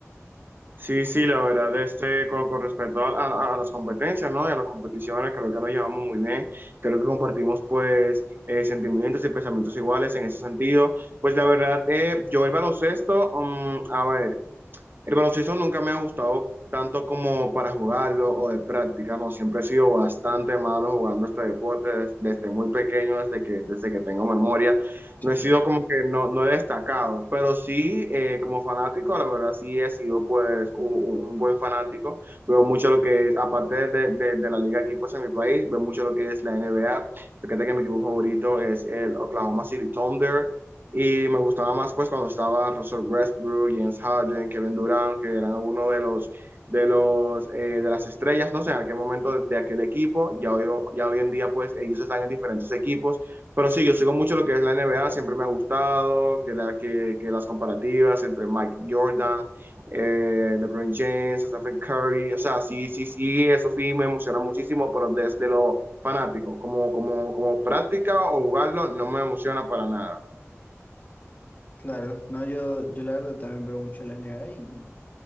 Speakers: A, on the right; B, on the left.
A: Sí, sí, la verdad, este, con, con respecto a, a- a las competencias, ¿no? Y a las competiciones, creo que nos llevamos muy bien, creo que compartimos, pues, eh, sentimientos y pensamientos iguales en ese sentido. Pues, la verdad, eh, yo el baloncesto, um, a ver, el baloncesto nunca me ha gustado tanto como para jugarlo o de práctica, no, siempre he sido bastante malo jugando este deporte des- desde muy pequeño, desde que, desde que tengo memoria.
B: Sí.
A: No he sido como que no, no he destacado, pero sí eh, como fanático, la verdad sí he sido pues un, un buen fanático. Veo mucho lo que es, aparte de, de- de la liga aquí equipos en mi país, veo mucho lo que es la N B A Fíjate que mi equipo favorito es el Oklahoma City Thunder. Y me gustaba más pues cuando estaba Russell Westbrook, James Harden, Kevin Durant, que eran uno de los de los eh, de las estrellas, no sé, en aquel momento de, de, aquel equipo, ya hoy, ya hoy en día pues ellos están en diferentes equipos, pero sí, yo sigo mucho lo que es la NBA, siempre me ha gustado que, la, que, que las comparativas entre Mike Jordan, eh, LeBron James, Stephen Curry, o sea, sí, sí, sí, eso sí me emociona muchísimo, pero desde lo fanático, como, como, como práctica o jugarlo, no me emociona para nada.
B: Claro, no, yo, yo la verdad también veo mucho la NBA y,